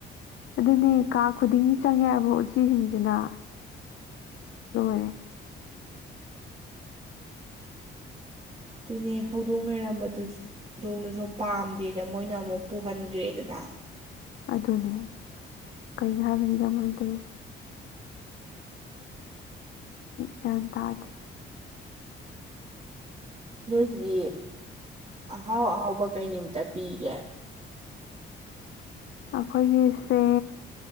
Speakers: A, on the left; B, on the right.
A: ꯑꯗꯨꯅꯦ ꯀꯥ ꯈꯨꯗꯤꯡꯒꯤ ꯆꯪꯉꯦ ꯍꯥꯏꯕ ꯎꯆꯤꯁꯤꯡꯁꯤꯅ <unintelligible>
B: ꯑꯗꯨꯅꯦ ꯍꯧꯗꯣꯡ ꯂꯩꯔꯝꯕꯗꯨꯁꯨ ꯗꯣꯡꯗꯨꯁꯨ ꯄꯥꯝꯗꯦꯗ ꯃꯣꯏꯅ ꯑꯃꯨꯛ ꯄꯨꯍꯟꯒꯔ꯭ꯦ ꯗꯅ
A: ꯑꯗꯨꯅꯦ ꯀꯩꯅꯣ ꯍꯥꯏꯕꯅꯤꯗꯥ ꯃꯣꯏ ꯇꯧꯏ ꯒꯌ꯭ꯥꯟ ꯇꯥꯗꯦ
B: ꯅꯣꯏꯒꯤꯗꯤ ꯑꯍꯥꯎ ꯑꯍꯥꯎꯕ ꯀꯩ ꯅꯨꯃꯤꯠꯇ ꯄꯤꯒꯦ
A: ꯑꯩꯈꯣꯏꯒꯤꯁꯦ